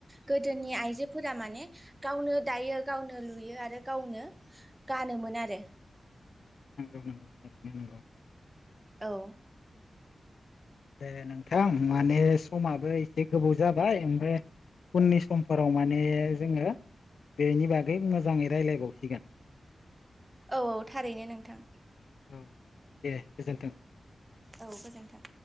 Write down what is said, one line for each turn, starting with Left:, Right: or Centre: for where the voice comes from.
Right: गोदोनि आइजोफोरा माने गावनो दायो गावनो लुयो आरो गावनो गानोमोन मोन आरो
Left: नंगौ नंगौ थारैनो नंगौ
Right: औ
Left: दे नोंथां माने समाबो एसे गोबाव जाबाय ओमफ्राय उननि समफोराव माने जोङो बेनि बागै मोजाङै रायलायबावसिगोन
Right: औ औ थारैनो नोंथां
Left: औ दे गोजोनथों
Right: औ गोजोन्थों